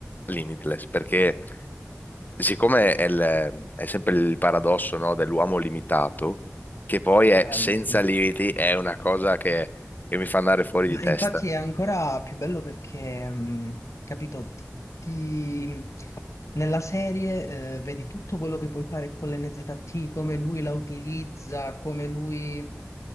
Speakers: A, on the left; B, on the left.
A: Limitless, perché siccome è, il- è sempre il paradosso, no, dell'uomo limitato, che poi è
B: Bello,
A: senza
B: sì.
A: limiti, è una cosa che, che mi fa andare fuori di
B: Ma
A: testa.
B: infatti è ancora più bello perché, mh, capito, ti, ti- nella serie eh, vedi tutto quello che puoi fare con l'NZT, come lui la utilizza, come lui